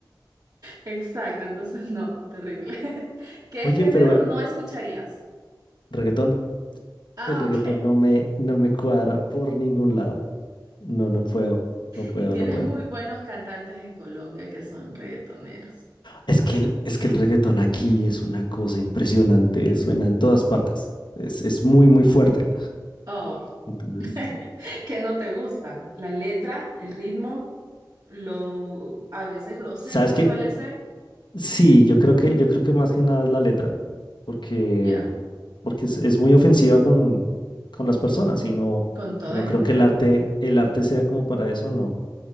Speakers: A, on the right; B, on the left.
A: Exacto, entonces no, terrible. <laughs> ¿Qué
B: Oye,
A: género
B: pero eh,
A: no escucharías?
B: reggaetón,
A: Ah,
B: el reggaetón
A: ok.
B: no me, no me cuadra por ningún lado. No, no puedo, no puedo,
A: Y tienes
B: no puedo.
A: muy buenos cantantes en Colombia que son reggaetoneros.
B: Es que el, es que el reggaetón aquí es una cosa impresionante, suena en todas partes. Es, es muy, muy fuerte.
A: Oh,
B: Entonces,
A: <laughs> ¿qué no te gusta? La letra, el ritmo, lo a veces grosero
B: ¿sabes
A: que
B: qué?
A: suele ser.
B: Sí, yo creo que, yo creo que más que nada es la letra, porque,
A: Ya,
B: porque es, es muy ofensiva con, con las personas y no,
A: con todo
B: no
A: en
B: creo
A: general.
B: que el arte, el arte sea como para eso, no.